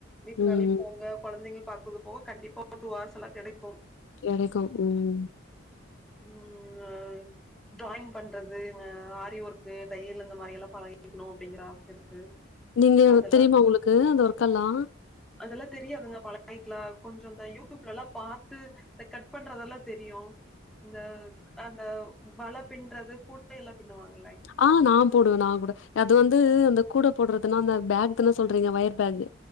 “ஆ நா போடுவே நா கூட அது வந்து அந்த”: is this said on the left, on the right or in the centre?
Left